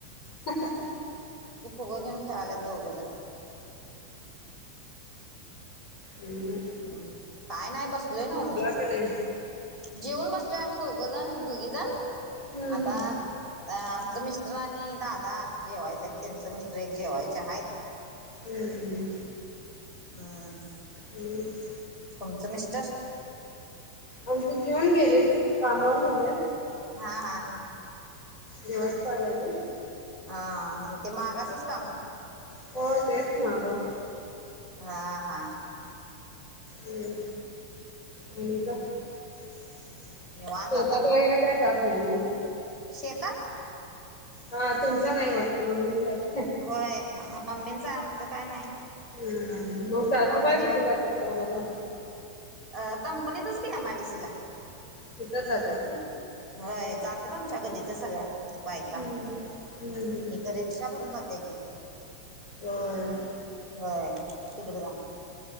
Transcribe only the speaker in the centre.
ती फुग घेऊन खेळाल्यात दोघं जण
म् काय नाही बसलोय नव मी
जेऊन बसलोय आम्ही दोघं जण दोघी जण
आता
आमचं मिस्टर आणि दादा जेवायचे आहेत त्यांचं मिस्टर एक जेवायचे आहेत.
हम
तुमचं मिस्टर
हा हा
हा ते मागासच काम
हा हा.
निवांत आता
शेतात
होय मम्मींच आमचं काय नाही.
आम्ही
अह कंपनीतच की एमआयडीसीला.
हय जात्यात आमच्या गल्लीतल्या सगळ्या बायका
इकरेक रिक्षा भरून जात्या की.
होय. तिकड जा.